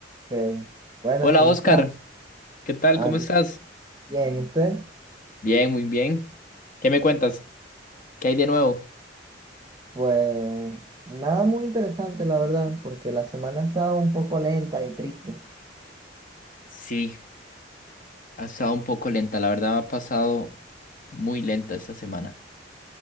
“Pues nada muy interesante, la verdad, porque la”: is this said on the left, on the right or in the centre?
Right